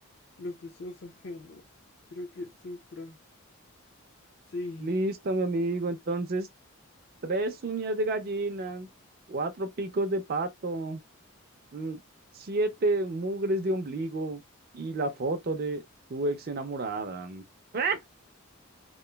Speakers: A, on the left (about 55°); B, on the right (about 45°).
A: los deseos ajenos. Quiero que sufra. Sí.
B: Listo, mi amigo. Entonces, tres uñas de gallina, cuatro picos de pato, mm, siete mugres de ombligo y la foto de tu ex enamorada. <laughs>